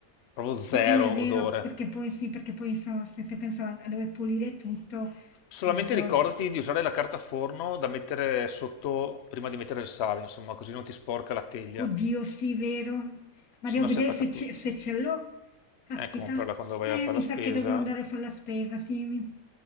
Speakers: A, on the left (about 55°); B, on the left (about 80°).
A: proprio zero
B: Sì, quello è
A: odore.
B: vero, perché poi sì, perché poi so- se, se penso a, a dover pulire tutto,
A: Solamente
B: oddio,
A: ricordati di usare la carta forno da mettere sotto prima di mettere il sale, insomma, così non ti sporca la teglia,
B: Oddio, sì, vero? Ma
A: se
B: devo
A: no
B: vedere
A: si attacca
B: se ce,
A: tutto.
B: se ce l'ho. Caspita.
A: Eh, comprala quando vai
B: Eh,
A: a fare
B: mi
A: la
B: sa
A: spesa.
B: che dovrò andare a fare la spesa, sì. mi-